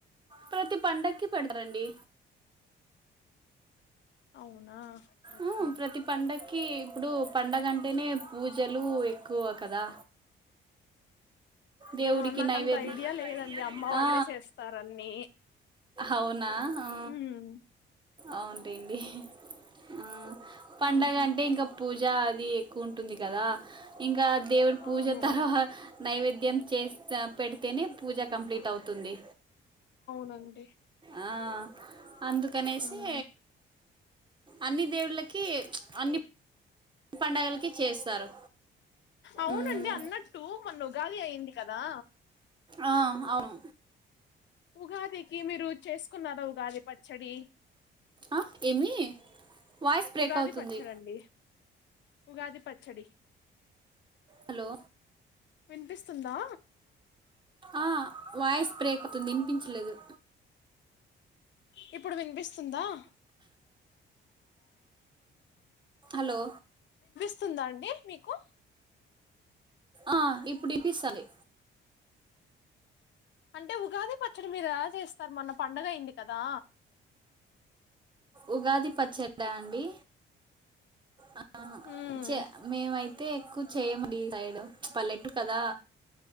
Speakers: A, on the right; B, on the left.
A: ప్రతి పండక్కి పెడరండి.
B: అవునా ఓకే
A: మ్ ప్రతి పండక్కి ఇప్పుడు పండగ అంటేనే పూజలు ఎక్కువ కదా దేవుడికి
B: అ ఆ నాకంత
A: నైవేద్య
B: ఐడియా లేదండి అమ్మ వాళ్ళే
A: ఆ
B: చేస్తారన్నీ
A: అవునా ఆ
B: హ్మ్
A: అవునులేండి ఆ పండగ
B: ఉమ్
A: అంటే ఇంకా పూజ అది ఎక్కువ ఉంటుంది కదా ఇంకా దేవుడు పూజ
B: అవును
A: తర్వా నైవేద్యం చేస్తా పెడితేనే పూజ కంప్లీట్ అవుతుంది
B: మండి
A: ఆ అందుకనేసి
B: ఉమ్
A: అన్ని దేవ్వులకి ప్చ్ అన్ని పండగలకి చేస్తారు
B: అవునండి
A: ఉమ్.
B: అన్నట్టు మొన్న ఉగాది అయింది కదా
A: ఆ అవ్ను
B: ఉగాదికి మీరు చేసుకున్నారా ఉగాది పచ్చడి
A: ఆ ఏమి వాయిస్ బ్రేక్
B: ఉగాది
A: అవుతుంది
B: పచ్చడండి ఉగాది పచ్చడి
A: హలో
B: వినిపిస్తుందా
A: ఆ వాయిస్ బ్రేక్ <inaudible> విన్పించలేదు
B: ఇప్ ఇప్పుడు వినిపిస్తుందా <inaudible>
A: హలో
B: వస్తుందా అండి మీకు
A: ఆ ఇప్పుడు ఇనిపిస్తాంది
B: అంటే ఉగాది పచ్చడి మీరు ఎలా చేస్తారు మొన్న పండగ అయ్యింది కదా
A: ఉగాది పచ్చాడ అండి ఆ
B: ఉమ్
A: చే మేమై అయితే ఎక్కువ చేయ్యమండి ఈ సైడ్ పల్లెటూర్ కదా